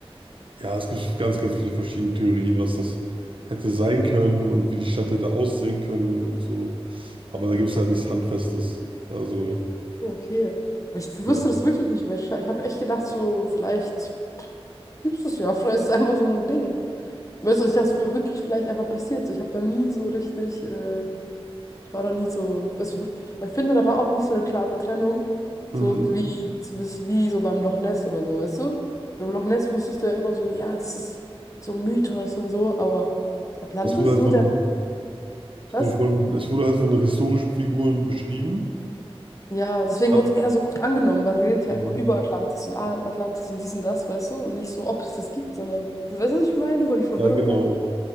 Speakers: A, on the right (about 55°); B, on the left (about 30°).
A: Ja, es gibt ganz, ganz viele verschiedene Theorien, was das hätte sein können und wie die Stadt hätte aussehen können und so. Aber da gibt es halt nichts Handfestes. Also,
B: Okay. Aber Ich wusste
A: ja.
B: das wirklich nicht, weil ich, ich habe echt gedacht, so, vielleicht gibt es das ja, <laughs> vielleicht ist es einfach so ein Ding. Weißt du, ich dachte, es wäre wirklich vielleicht einfach passiert. So, ich habe da nie so richtig, äh, ich war da nie so. Das, aber ich finde, da war auch nicht so eine klare Trennung,
A: Mhm.
B: so wie, das- wie so beim Loch Ness oder so, weißt du? Beim Loch Ness wusstest du ja immer so, ja, das ist so ein Mythos und so, aber Atlantis,
A: Es wurde halt
B: so
A: von,
B: der, was?
A: es wurde von, es wurde halt von historischen Figuren beschrieben.
B: Ja, deswegen
A: Hat-
B: wurde es eher so oft angenommen, weil man redet ja
A: Mhm.
B: einfach über Atlantis und ah, Atlantis und dies und das, weißt du? Und nicht so, ob es das gibt, sondern, also, weißt du, was ich meine, wo die Verwirrung
A: Ja, genau.
B: herkommt?